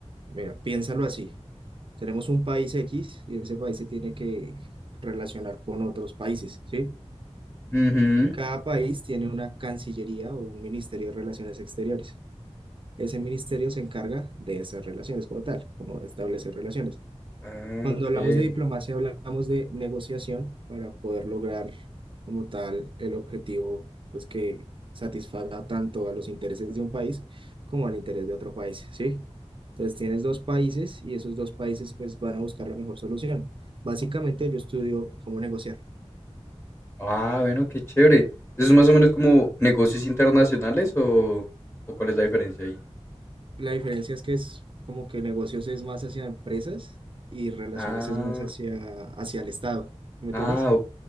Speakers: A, on the right; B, on the left.
A: mira, piénsalo así. Tenemos un país X y ese país se tiene que relacionar con otros países, ¿sí?
B: favor.
A: Cada país tiene una cancillería o un ministerio de relaciones exteriores. Ese ministerio se encarga de esas relaciones como tal, como de establecer relaciones.
B: Ah,
A: Cuando
B: ok.
A: hablamos de diplomacia, hablamos de negociación para poder lograr como tal el objetivo, pues que satisfaga tanto a los intereses de un país como al interés de otro país, ¿sí? Entonces tienes dos países y esos dos países pues van a buscar la mejor solución. Básicamente yo estudio cómo negociar.
B: Ah, bueno, qué chévere. ¿Eso es más o menos como negocios internacionales o, o cuál es la diferencia ahí?
A: La diferencia es que es como que negocios es más hacia empresas y relaciones
B: Ah,
A: es más hacia, hacia el Estado, ¿sí ¿me
B: ah,
A: entiendes?
B: ok.